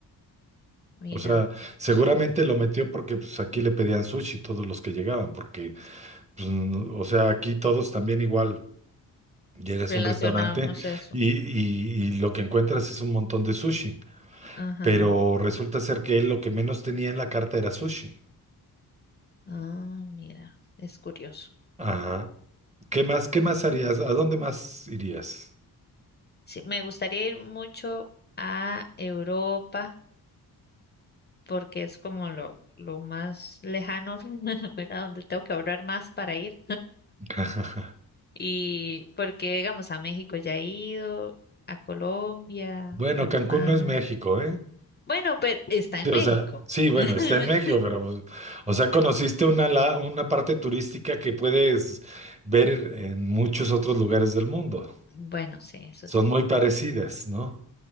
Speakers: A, on the left (about 25°); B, on the right (about 20°).
A: mira,
B: O sea, seguramente lo metió porque pues aquí le pedían sushi todos los que llegaban, porque pues, no- o sea, aquí todos también igual. Llegas
A: relacionamos
B: a un restaurante
A: eso.
B: y, y y lo que encuentras es un montón de sushi,
A: Ajá.
B: pero resulta ser que él lo que menos tenía en la carta era sushi.
A: Ah, mira, es curioso.
B: Ajá. ¿Qué más, qué más harías? ¿A dónde más irías?
A: Sí, me gustaría ir mucho a Europa porque es como lo, lo más lejano, <laughs> ¿verdad? Donde tengo que ahorrar más para ir.
B: <laughs>
A: Y porque, digamos, a México ya he ido, a Colombia,
B: Bueno,
A: Panamá.
B: Cancún no es México, ¿eh?
A: Bueno, pero está en
B: Sí,
A: México.
B: o sea, sí, bueno,
A: <laughs>
B: está en México, pero, pues, o sea, conociste una, la- una parte turística que puedes ver en muchos otros lugares del mundo.
A: Bueno, sí, eso
B: Son
A: sí.
B: muy parecidas, ¿no?